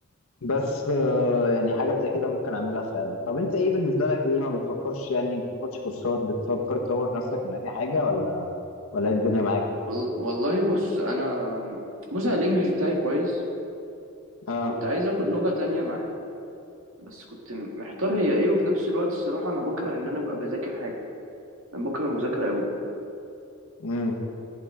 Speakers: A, on the left; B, on the right.
A: بس آه، يعني حاجة زي كده ممكن أعملها فعلا طب أنت إيه بالنسبة لك إيه ما بتفكرش يعني بتاخدش كورسات بتفكر تطور نفسك من أي حاجة ولا ولا إيه الدنيا معاك؟
B: وال- والله بص انا بص انا الانجليش بتاعي كويس
A: آه
B: كنت عايز اخد لغة تانية معاه بس كنت محتار هي ايه وفي نفس الوقت الصراحة انا بكره ان انا ابقى بذاكر حاجة انا بكره المذاكرة قوي
A: امم